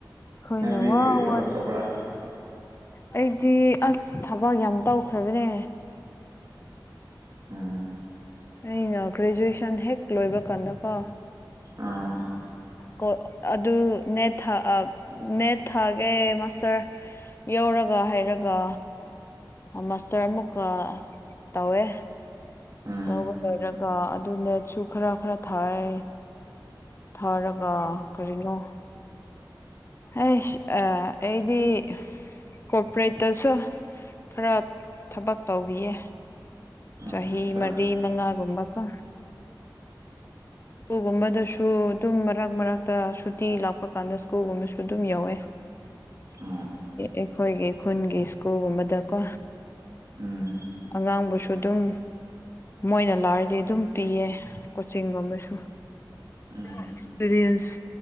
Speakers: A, on the left; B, on the right.
A: ꯈꯣꯏꯅ
B: ꯅꯪꯗꯤ
A: ꯋꯥ
B: ꯀꯔꯤ ꯊꯕꯛ
A: ꯋꯥ
B: ꯇꯧꯕ꯭ꯔꯥ
A: ꯑꯩꯗꯤ ꯑꯁ ꯊꯕꯛ ꯌꯥꯝ ꯇꯧꯈ꯭ꯔꯕꯅꯦ
B: ꯎꯝ
A: ꯑꯩꯅ ꯒ꯭ꯔꯦꯖꯨꯑꯦꯁꯟ ꯍꯦꯛ ꯂꯣꯏꯕ ꯀꯥꯟꯗꯀꯣ
B: ꯑꯥ
A: ꯀꯣꯛ ꯑꯗꯨ ꯅꯦꯠ ꯊ ꯅꯦꯠ ꯊꯥꯒꯦ ꯃꯥꯁꯇꯔ ꯌꯧꯔꯒ ꯍꯥꯏꯔꯒ ꯃꯥꯁꯇꯔ ꯑꯃꯨꯛꯀ ꯇꯧꯋꯦ
B: ꯎꯝ
A: ꯇꯧꯕ ꯂꯣꯏꯔꯒ ꯑꯗꯨꯅꯦꯁꯨ ꯈꯔ ꯈꯔ ꯊꯥꯏ ꯊꯥꯔꯒ ꯀꯔꯤꯅꯣ ꯑꯩꯁ ꯑꯩꯗꯤ ꯀꯣꯄꯔꯦꯠꯇꯁꯨ ꯈꯔ ꯊꯕꯛ ꯇꯧꯕꯤꯌꯦ ꯆꯍꯤ
B: ꯑꯠꯆꯥ
A: ꯃꯔꯤ ꯃꯉꯥꯒꯨꯝꯕꯀꯣ ꯁ꯭ꯀꯨꯜꯒꯨꯝꯕꯗꯁꯨ ꯑꯗꯨꯝ ꯃꯔꯛ ꯃꯔꯛꯇ ꯁꯨꯇꯤ ꯂꯥꯛꯄ ꯀꯥꯟꯗ ꯁ꯭ꯀꯨꯜꯒꯨꯝꯕꯁꯨ ꯑꯗꯨꯝ ꯌꯧꯋꯦ
B: <unintelligible>
A: ꯑꯩꯈꯣꯏꯒꯤ ꯈꯨꯟꯒꯤ ꯁ꯭ꯀꯨꯜꯒꯨꯝꯕꯗꯀꯣ
B: ꯎꯝ
A: ꯑꯉꯥꯡꯕꯨꯁꯨ ꯑꯗꯨꯝ ꯃꯣꯏꯅ ꯂꯥꯏꯔꯗꯤ ꯑꯗꯨꯝ ꯄꯤꯌꯦ ꯀꯣꯆꯤꯡ ꯁꯤꯡ ꯒꯨꯝꯕꯁꯨ
B: ꯎꯝ
A: ꯑꯦꯛꯁꯄꯤꯔꯤꯌꯦꯟꯁ